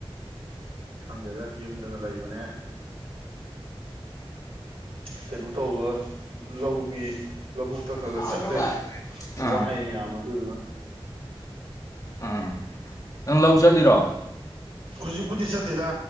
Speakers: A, on the right; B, on the left.
A: ꯈꯪꯗꯦꯗ ꯌꯨꯝꯗꯒ ꯂꯩꯕꯅꯦ ꯀꯩꯅꯣ ꯇꯧꯕ ꯂꯧꯒꯤ ꯂꯧꯕꯨꯛꯇ ꯈꯔ ꯈꯔ
B: ꯁꯥꯗ꯭ꯔꯣ
A: ꯆꯠꯂꯦ
B: ꯚꯥꯏ ꯑꯥ
A: ꯋꯥꯏꯑꯦ ꯌꯥꯝ ꯑꯗꯨꯗꯨꯅ ꯎꯁ
B: ꯑꯥ ꯅꯪ ꯂꯧ ꯆꯠꯂꯤꯔꯣ
A: ꯍꯧꯖꯤꯛꯄꯨꯗꯤ ꯆꯠꯇꯦꯗ